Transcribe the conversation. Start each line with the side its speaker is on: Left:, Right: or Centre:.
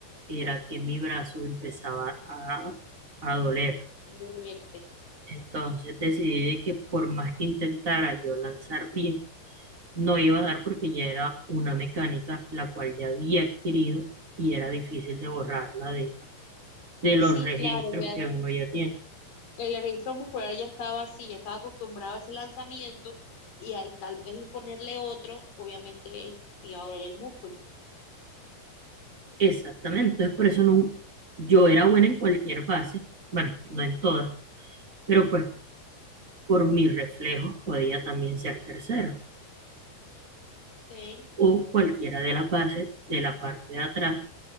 Right: era que mi brazo empezaba a, a doler.
Left: a dolerte.
Right: Entonces decidí de que por más que intentara yo lanzar bien, no iba a dar porque ya era una mecánica la cual ya había adquirido y era difícil de borrarla de, de los
Left: Sí,
Right: registros
Left: claro, ya
Right: que uno ya tiene.
Left: el registro muscular ya estaba así, ya estaba acostumbrado a ese lanzamiento y al tal vez imponerle otro, obviamente el te iba a doler el músculo.
Right: Exactamente, entonces por eso no, yo era buena en cualquier base, bueno, no en todas, pero pues por mis reflejos podía también ser tercera
Left: Ok,
Right: o cualquiera de las bases de la parte de atrás,